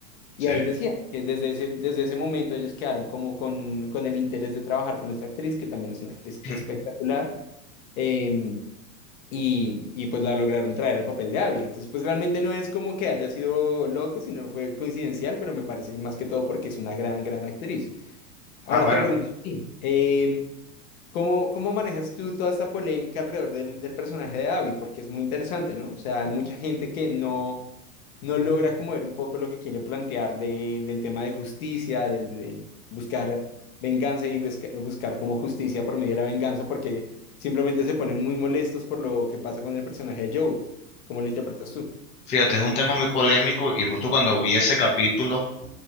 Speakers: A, on the left; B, on the left.
A: Y
B: Sí.
A: ahí decían que desde ese, desde ese momento ellos quedaron como con, con el interés de trabajar con esta actriz, que también es una actriz
B: <clears throat>
A: espectacular. Em, y, y pues la lograron traer al papel de Abby. Entonces, pues realmente no es como que haya sido loco, sino fue coincidencial, pero me parece que más que todo porque es una gran, gran actriz. Ahora
B: Ah, bueno.
A: te pregunto, a ti, em, ¿Cómo, cómo manejas tú toda esta polémica alrededor del, del personaje de Abby? Porque es muy interesante, ¿no? O sea, hay mucha gente que no, no logra como ver un poco lo que quiere plantear de, del tema de justicia, del, del buscar venganza y busca- buscar como justicia por medio de la venganza, porque simplemente se ponen muy molestos por lo que pasa con el personaje de Joe. ¿Cómo lo interpretas tú?
B: Fíjate, es un tema muy polémico y justo cuando vi ese capítulo